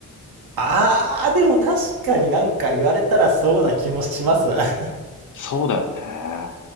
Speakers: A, on the right; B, on the left.
A: あーでも確かになんか言われたらそうな気もします <laughs>
B: そうだよね。